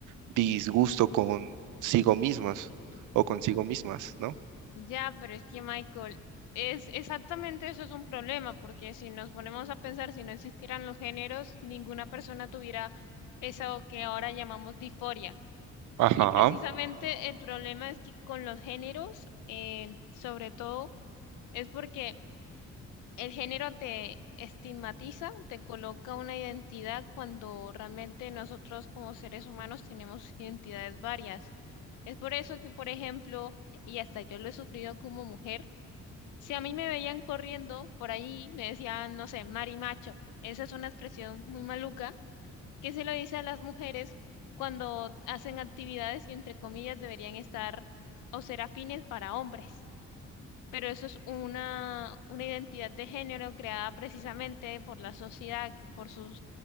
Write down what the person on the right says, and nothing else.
disgusto consigo mismos o consigo mismas, ¿no?
Ajá.